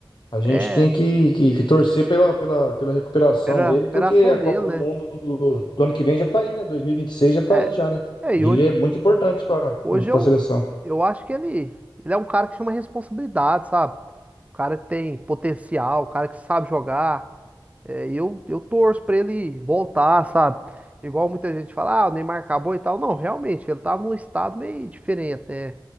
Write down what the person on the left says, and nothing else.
A gente
tem que, que- que torcer pela, pela, pela recuperação
dele,
porque a
Copa do
Mundo do, do ano que vem já tá aí, né? 2026 já tá
aí já, né?
E
ele
é muito importante para
a seleção.